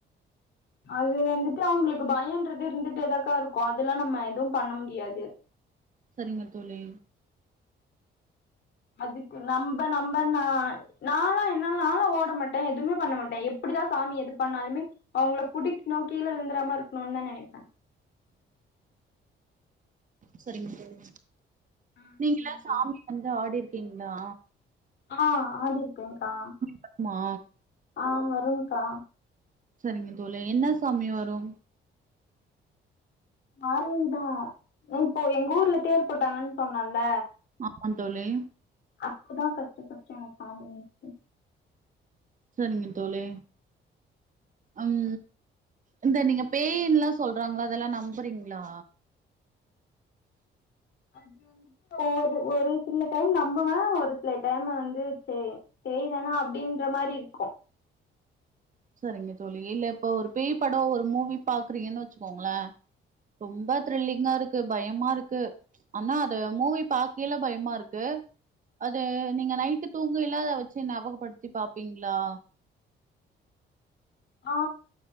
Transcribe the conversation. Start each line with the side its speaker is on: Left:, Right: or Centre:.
Left: அது வந்துட்டு அவுங்ளுக்கு பயொன்றது இருந்துட்டேதாக்கா இருக்கு அதெல்லா நம்ம எதுவு பண்ண முடியாது
Right: சரிங்க தோழி
Left: அதுக்கு நம்ப நம்ப ந நாலா என்னல்லா ஓட மாட்டே எதுமே பண்ணமாட்டே எப்புடிதா சாமி எது பண்ணாலுமே அவுங்கள புடிக்னு கீழ விழுந்துறாம இரு க்னுன் தா நெனைப்பே
Right: செரிங்க தோழி
Left: ஆ
Right: நீங்கலா
Left: சரிங்க்கா
Right: சாமி வந்து ஆடிரு க்கீங்ளா
Left: ஆ‌ ஆடிருக்கேக்கா
Right: வருமா
Left: ஆ வ ருங்க்கா
Right: சரிங்க தோழி என்ன சாமி வரு
Left: <unintelligible> தா இப்போ எங்க ஊர்ல தேர் போட்டாங்கன் சொன்னல்ல
Right: ஆமா தோழி
Left: அப்பதா ஃபஸ்ட்டு ஃபஸ்ட்டு எனக் சாமி வன்ச்சு
Right: செரிங்க தோழி அம் இந்த நீங்க பேயின்லா சொல்றாங்ளா அதெல்லா நம்புறீங்ளா
Left: அது வந்துட்டு ஒரு ஒரு சில டைம் நம்புவ ஒரு சில டைம் வந்து சே பேய் தானா அப்டின்ற மாரி இருக்கும்
Right: செரிங்க தோழி இல்ல இப்போ ஒரு பேய் படோ ஒரு மூவி பாக்றீங்கனு வச்சுக்கோங்கள ரொம்ப த்ரில்லிங்கா இருக் க்கு பயமாருக்கு அன்னா அது மூவி பாகேல பயமாருக்கு அது நீங்க நைட்டு தூங்கைல அத வச்சு நாபகப்படுத்தி பாப்பீங்ளா
Left: ஆ